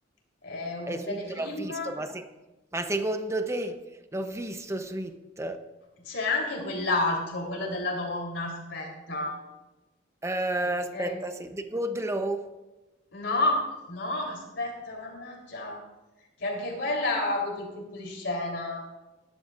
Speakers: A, on the left; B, on the right.
A: È un
B: Eh, Sweet
A: telefilm.
B: l'ho visto, ma se ma secondo te l'ho visto Sweet?
A: C'è anche quell'altro, quello della donna, aspetta.
B: Ehm,
A: Che-
B: aspetta,
A: eh,
B: sì, The Good Law,
A: No, no, aspetta, mannaggia, che anche quella ha avuto il colpo di scena,